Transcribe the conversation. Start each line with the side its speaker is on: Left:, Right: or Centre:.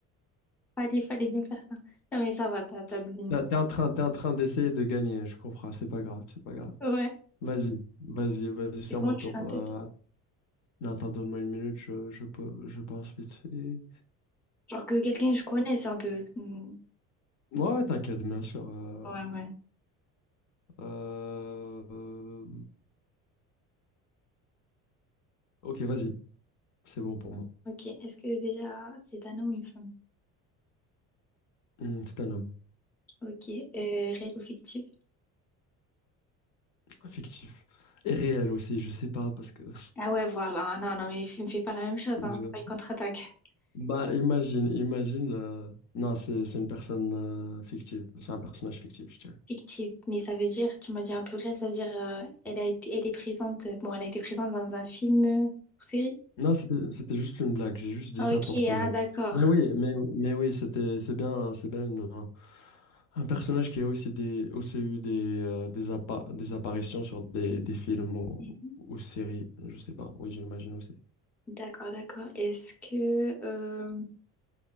Centre: Fallait, fallait bien faire ça. Non, mais ça va, t'as t'as
Left: <laughs>
Centre: deviné.
Left: Là, T'es en train, t'es en train d'essayer de gagner, je comprends, c'est pas grave, c'est pas grave.
Centre: Ouais.
Left: Vas-y, vas-y, vas-y, c'est
Centre: C'est
Left: à mon
Centre: bon,
Left: tour.
Centre: tu fais un tête.
Left: Euh, att- non, attends, donne-moi une minute, je, je, peux- je pense vite fait.
Centre: Genre que quelqu'un que je connais, c'est un peu. Hmm.
Left: Ouais, t'inquiète, bien sûr. euh,
Centre: Ouais, ouais.
Left: euh, euh, ok, vas-y. C'est bon pour moi.
Centre: Ok, est-ce que déjà c'est un homme ou une femme?
Left: Hmm, c'est un homme.
Centre: Ok, euh, réel ou fictif?
Left: Fictif. Et réel aussi, je sais pas, parce que... <laughs>
Centre: Ah ouais, voilà. Non, non, mais f- me fais pas la même chose,
Left: Je-
Centre: hein. C'est pas une contre-attaque.
Left: Bah, imagine, imagine... euh, Non, c'est c'est une personne euh, fictive. C'est un personnage fictif, je dirais.
Centre: Fictive, mais ça veut dire, tu m'as dit un peu réel, ça veut dire euh, elle a été, elle est présente, euh, bon, elle a été présente dans un film euh, ou série.
Left: Non, c'était c'était juste une blague. J'ai juste dit
Centre: Ah,
Left: ça
Centre: Ok,
Left: pour te...
Centre: ah d'accord,
Left: Mais oui, mais, mais oui, c'était, c'est bien, c'est bien une- un, un personnage qui a aussi, des, aussi eu des, euh, des, appa- des apparitions sur des, des films ou,
Centre: Mhm.
Left: ou séries, je sais pas. Oui, j'imagine aussi.
Centre: d'accord, d'accord. Est-ce que, euh,